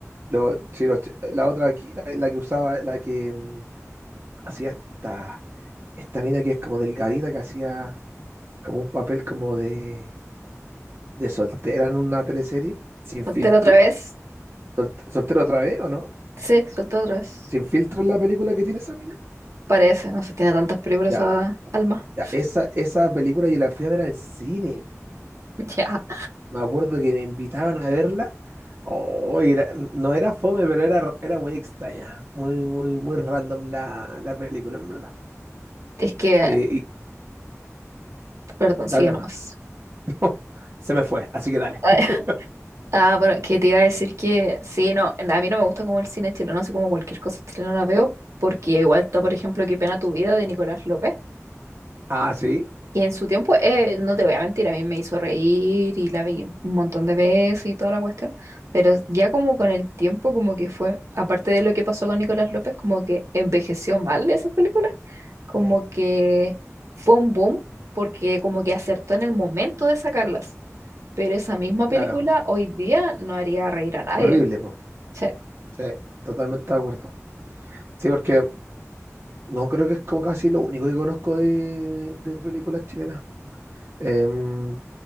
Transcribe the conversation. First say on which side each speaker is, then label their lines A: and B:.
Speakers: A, on the right; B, on the right.
A: Lo- si los ch- la otra aquí, la, la que usaba, la que mm, hacía esta. esta mina que es como delgadita, que hacía como un papel como de, de soltera en una teleserie, sin filtro.
B: Soltera otra vez.
A: Sol- ¿Soltera otra vez o no?
B: Sí, soltera otra vez.
A: ¿Sin filtro es la película que tiene esa mina?
B: Parece, no sé, tiene tantas películas
A: Ya,
B: a alma.
A: ya,
B: <laughs>
A: esa, esa película yo la fui a ver al cine.
B: Ya.
A: Me acuerdo que me invitaban a verla. Oh, era- no era fome, pero era, era muy extraña. Muy, muy, muy random la, la película, en verdad.
B: Es que,
A: Eh, y
B: perdón,
A: dale
B: sigue
A: nomás.
B: nomás.
A: <laughs> Se me fue, así que dale.
B: <laughs>
A: <laughs>
B: Ah, bueno, que te iba a decir que sí, no, a mí no me gusta como el cine chileno, así como cualquier cosa chilena la veo, porque igual está, por ejemplo, Qué pena tu vida de Nicolás López,
A: Ah, sí.
B: y en su tiempo, eh, no te voy a mentir, a mí me hizo reír y la vi un montón de veces y toda la cuestión, pero ya como con el tiempo, como que fue, aparte de lo que pasó con Nicolás López, como que envejeció mal esas películas, como
A: Eh,
B: que fue un boom, porque como que acertó en el momento de sacarlas, pero esa misma
A: claro.
B: película hoy día no haría reír a nadie.
A: Horrible, po.
B: Sí.
A: Sí, totalmente de acuerdo. Sí, porque no creo que es como casi lo único que conozco de, de películas chilenas. Em,